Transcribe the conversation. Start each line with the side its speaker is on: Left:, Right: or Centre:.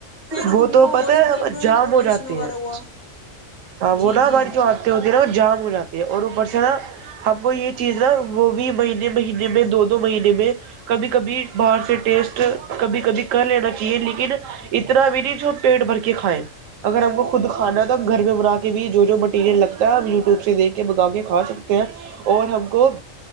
Left: پھر
Right: وہ
Left: ان
Right: تو
Left: کو
Right: پتہ
Left: ہاسپٹل
Right: ہے
Left: میں
Right: جام
Left: اپریشن
Right: ہو جاتی
Left: وغیرہ
Right: ہیں
Left: ہوا
Right: <unintelligible>
Left: جی جی
Right: میرا جام ہو جاتی ہے اور اوپر سے نا ہم کو یہ چیز نا وہ بھی مہینے مہینے میں دو دو مہینے میں کبھی کبھی باہر سے ٹیسٹ کبھی کبھی کر لینا چاہیے لیکن اتنا بھی نہیں جو پیٹ بھر کے کھائیں اگر اپ کو خود کھانا بنا کے بھی جو جو مٹیریل لگتا ہے اپ یوٹیوب سے دیکھ کے بتا کے کھا سکتے ہیں اور ہم کو